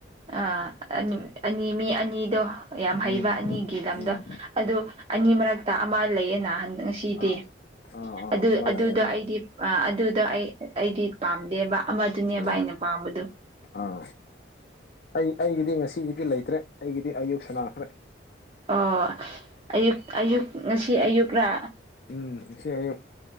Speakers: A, on the right; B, on the left.
A: ꯑꯥ ꯑꯅꯤ ꯃꯤ ꯑꯅꯤꯗꯣ ꯌꯥꯝ ꯍꯩꯕ
B: ꯎꯝ
A: ꯑꯅꯤꯒꯤ ꯂꯝꯗꯣ
B: ꯎꯝ
A: ꯑꯗꯨ ꯑꯅꯤ ꯃꯔꯛꯇ ꯑꯃ ꯂꯩꯌꯦꯅ ꯉꯁꯤꯗꯤ
B: ꯑꯥ ꯑꯥ ꯑꯥ
A: ꯑꯗꯨ
B: ꯑꯃ
A: ꯑꯗꯨꯗꯣ
B: ꯂꯩꯌꯦ ꯎꯝ
A: ꯑꯩꯗꯤ ꯑꯗꯨꯗꯣ ꯑꯩ ꯑꯩꯗꯤ ꯄꯥꯝꯗꯦꯕ ꯑꯃꯗꯨꯅꯦꯕ
B: ꯎꯝ
A: ꯑꯩꯅ ꯄꯥ ꯑꯕꯗ
B: ꯑꯥ ꯑꯩ ꯑꯩꯒꯤꯗꯤ ꯉꯁꯤꯒꯤꯗꯤ ꯂꯩꯇ꯭ꯔꯦ ꯑꯩꯒꯤꯗꯤ ꯑꯌꯨꯛ ꯁꯅꯥꯈ꯭ꯔꯦ
A: ꯑꯣ ꯑꯌꯨ ꯑꯌꯨꯛ ꯉꯁꯤ ꯑꯌꯨꯛꯔꯥ
B: ꯎꯝ ꯏ ꯑꯌꯨ